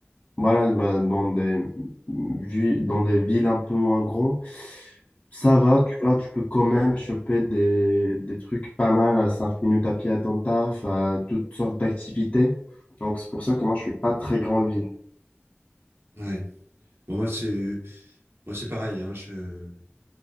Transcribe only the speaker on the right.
ouais. Bon, moi c'est moi c'est pareil. hein, je-